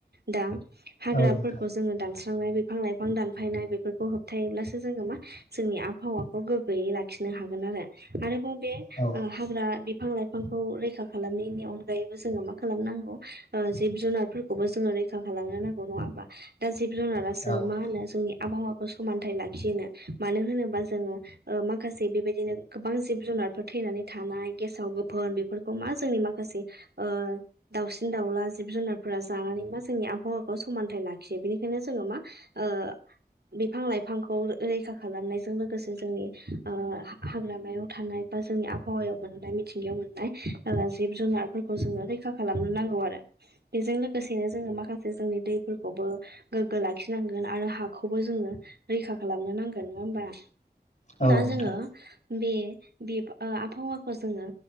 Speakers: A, on the right; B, on the left.
A: दा हाग्राफोरखौ
B: औ नोंथां
A: जोङो दान स्रांनाय बिफां लाइफां दानफायनाय बेफोरखौ होबथायोब्लासो जोङो मा जोंनि आबहावखौ गोगोयै लाखि नो हागोन आरो आरोबाव बे
B: औ नोंथां
A: हाग्रा बिफां लाइ फांखौ रैखा खालामनायनि अनगायैबो जोङो मा खालामनांगौ जिब जुनार फोरखौबो जोङो रैखा खालामनो नांगौ नङा होमबा दा जिब जुनारासो
B: औ नोंथां
A: मा होनो जोंनि आबहावाखौ समानथाइ लाखिहोनो मानो होनोबा जोङो माखासे बेबायदिनो गोबां जिब जुनार फोर थैनानै थानाय गेसाव गोफोन बेफोरखौ मा जोंनि माखासे ओ दाउसिन दाउला जिब जुनारफोरा जानानै मा जोंनि आबहावाखौ समानथाइ लाखियो बेनिखायनो जोङो मा ओ बिफां लाइफांखौ रैखा खालामनायजों लोगोसे जोंनि ओ हाग्रामायाव थानाय बा जोंनि आबहावायाव मोननाय मिथिंगायाव मोननाय जिब जुनारफोरखौ जोङो रैखा खालामनो नांगौ आरो बेजों लोगोसेनो जोङो माखासे जोंनि दैफोरखौबो गोग्गो लाखि नांगोन आरो हाखौबो जोङो रैखा खालामनो नांगोन नङा होमबा।
B: औ
A: दा
B: नोंथां औ नोंथां
A: जोङो बि बि आ आबहावाखौ जोङो